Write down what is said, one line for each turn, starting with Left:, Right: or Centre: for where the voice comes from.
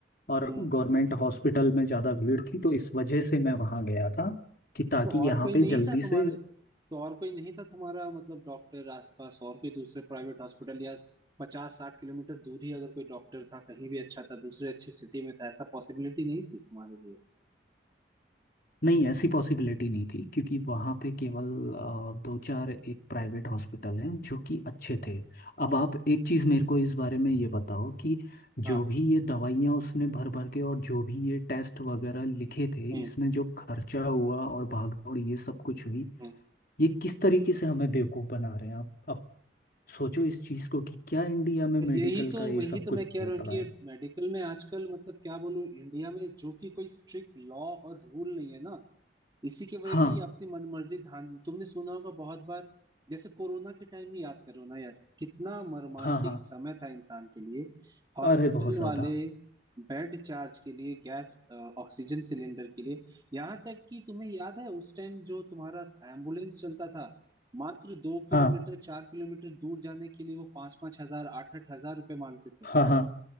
Left: और
Right: हम्म
Left: गवर्नमेंट हॉस्पिटल में ज़्यादा भीड़ थी तो इस वजह से मैं वहाँ गया था कि ताकि
Right: तो और
Left: यहाँ
Right: कोई
Left: पे
Right: नहीं
Left: जल्दी
Right: था तुम्हारे
Left: से
Right: तो और कोई नहीं था तुम्हारा मतलब डॉक्टर आसपास और कोई दूसरे प्राइवेट हॉस्पिटल या पचास साठ किलोमीटर दूर ही अगर कोई डॉक्टर था कहीं भी अच्छा था दूसरे अच्छी सिटी में था ऐसा पॉसिबिलिटी नहीं थी तुम्हारे लिए
Left: नहीं ऐसी पॉसिबिलिटी नहीं थी क्योंकि वहाँ पे केवल अ, दो चार एक प्राइवेट हॉस्पिटल हैं जो कि अच्छे थे अब आप एक चीज़ मेरे को इस बारे में ये बताओ कि जो
Right: हाँ
Left: भी ये दवाइयाँ उसने भर भर के और जो भी ये टेस्ट वगैरह लिखे थे
Right: हम्म
Left: इसमें जो खर्चा हुआ और भागदौड़ ये सब कुछ हुई
Right: हम्म
Left: ये किस तरीके से हमें बेवकूफ़ बना रहे हैं आप अब सोचो इस चीज़ को कि क्या इंडिया में
Right: तो
Left: मेडिकल
Right: यही तो
Left: का ये
Right: वही
Left: सब
Right: तो
Left: कुछ
Right: मैं
Left: चल
Right: कह रहा हूँ
Left: रहा
Right: कि
Left: है
Right: मेडिकल में आजकल मतलब क्या बोलूं इंडिया में जो कि कोई स्ट्रिक्ट लॉ और रूल नहीं है ना इसी की वजह
Left: हाँ
Right: से ये अपनी मनमर्जी धान तुमने सुना होगा बहुत बार जैसे कोरोना के टाइम ही याद करो ना यार कितना मर्मांतिक
Left: हाँ हाँ
Right: समय था इंसान के लिए हॉस्पिटल
Left: अरे बहुत ज़्यादा
Right: वाले बेड चार्ज के लिए गैस अ, ऑक्सीजन सिलेंडर के लिए यहाँ तक कि तुम्हें याद है उस टाइम जो तुम्हारा एम्बुलेंस चलता था मात्र दो किलोमीटर
Left: हाँ
Right: चार किलोमीटर दूर जाने के लिए वो पांच पांच हजार आठ आठ हजार रुपए मांगते थे
Left: हाँ हाँ